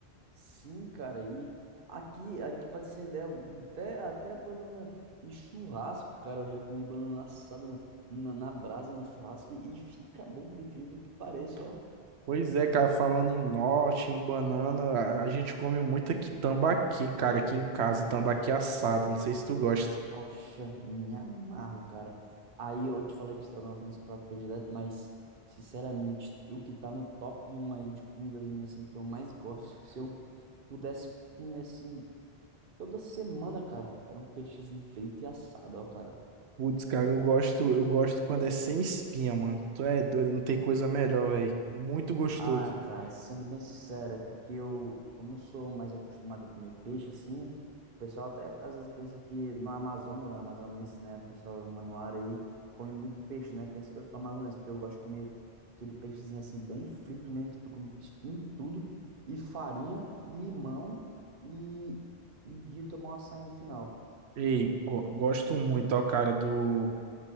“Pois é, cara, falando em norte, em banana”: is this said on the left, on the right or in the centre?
Right